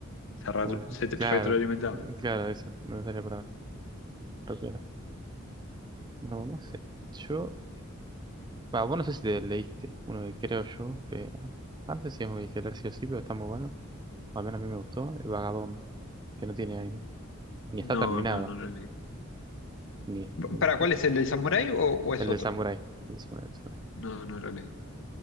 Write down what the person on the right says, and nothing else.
¿Cómo decir?
Claro,
mm, claro, eso. No me salía para Rápida. No, no sé. Yo. Va, vos no sé si te leíste uno que creo yo que. Ah, no sé si es muy que leer sí o sí, pero está muy bueno. Al menos a mí me gustó. El Vagabond, que no tiene anime. Ni está
terminado.
Ni, ni
está-
El del
Samurai. El del Samurai, el Samurai.